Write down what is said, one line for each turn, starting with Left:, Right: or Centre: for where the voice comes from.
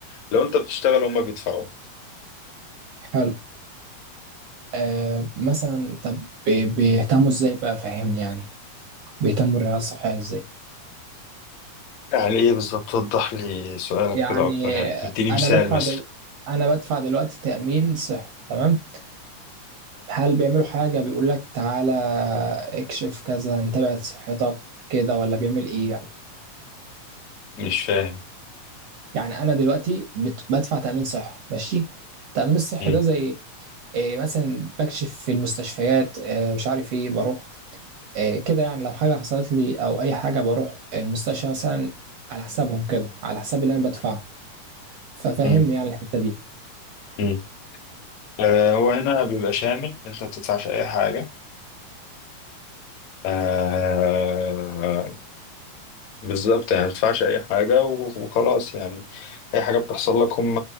Left: لو انت بتشتغل هما بيدفعوا
Right: حلو آه مثلا طب بي- بيهتموا إزاي بقى فهمني يعني بيهتموا بالرعاية الصحية إزاي؟
Left: يعني ايه بالظبط وضح لي سؤالك
Right: يعني
Left: كده اكتر يعني
Right: آه،
Left: اديني
Right: أنا
Left: مثال
Right: بدفع
Left: مثلا
Right: دل... أنا بدفع دلوقتي تأمين صحي تمام؟ هل بيعملوا حاجة بيقول لك تعالى اكشف كذا نتابع صحتك كده ولا بيعمل إيه يعني؟
Left: مش فاهم
Right: يعني انا دلوقتي بت- بدفع تامين صحي ماشي التامين الصحي
Left: مم.
Right: ده زي إيه مثلا بكشف في المستشفيات إيه مش عارف ايه بروح إيه كده يعني لو حاجه حصلت لي او اي حاجه بروح المستشفى مثلا على حسابهم كده على حساب اللي انا بدفعه ففهمني
Left: مم.
Right: يعني الحته دي
Left: مم. آه، هو هنا بيبقى شامل انت ما بتدفعش اي حاجه آه بالظبط يعني ما تدفعش اي حاجه و- وخلاص يعني اي حاجه بتحصل لك هم